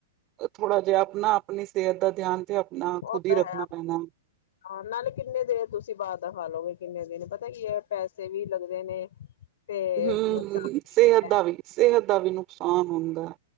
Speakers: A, on the right; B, on the left.
A: ਥੋੜਾ ਜਿਹਾ ਆਪਣਾ ਆਪਣੀ ਸਿਹਤ ਦਾ ਧਿਆਨ ਤੇ ਆਪਣਾ
B: ਉਹ
A: ਖੁਦ ਹੀ
B: ਤਾਂ
A: ਰੱਖਣਾ
B: ਹੈ
A: ਪੈਣਾ ਹੇ।
B: ਹਾਂ ਨਾਲੇ ਕਿੰਨੇ ਦੇਰ ਤੁਸੀਂ ਬਾਹਰ ਦਾ ਖਾ ਲਓਗੇ ਕਿੰਨੇ ਦਿਨ? ਪਤਾ ਕੀ ਹੈ ਪੈਸੇ ਵੀ ਲੱਗਦੇ ਨੇ। ਤੇ
A: ਹਮ
B: ਨੁਕਸਾਨ
A: ਹੁਂ ਸਿਹਤ
B: ਵੀ ਹੁੰਦਾ
A: ਦਾ ਵੀ-ਸਿਹਤ ਦਾ ਵੀ ਨੁਕਸਾਨ ਹੁੰਦਾ ਹੈ।